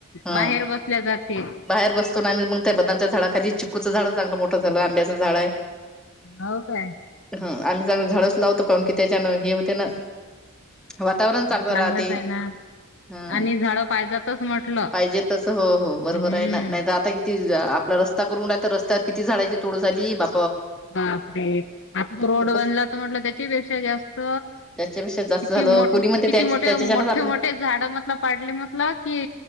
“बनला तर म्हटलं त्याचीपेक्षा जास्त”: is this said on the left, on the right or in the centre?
Left